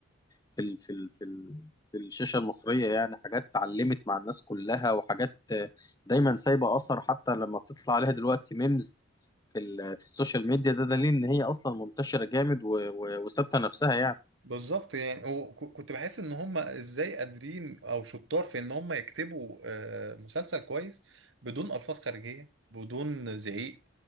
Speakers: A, on the left (about 20°); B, on the right (about 60°).
A: في ال... في ال... في ال... في الشاشة المصرية يعني حاجات اتعلمت مع الناس كلها وحاجات آه، دايما سايبة اثر حتى لما بتطلع عليها دلوقتي ميمز في ال... في السوشيال ميديا ده دليل ان هي اصلا منتشرة جامد و... و... وثابتة نفسها يعني
B: بالظبط يعني وكنت بحس ان هم ازاي قادرين او شطار في ان هم يكتبوا آه، مسلسل كويس بدون الفاظ خارجيه بدون زعيق